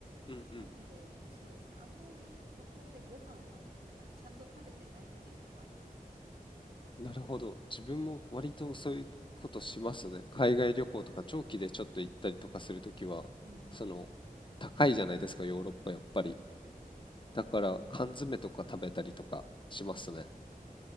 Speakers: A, on the left; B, on the right.
A: うんうん。
B: なんで、そうですね。あんまり北欧でご飯を、なんか、ちゃんと食べてないっていうのもあります。
A: なるほど。自分も割とそういうことしますね。海外旅行とか長期でちょっと行ったりとかするときは、
B: うん。
A: その、高いじゃないですか、ヨーロッパやっぱり。だから缶詰とか食べたりとかしますね。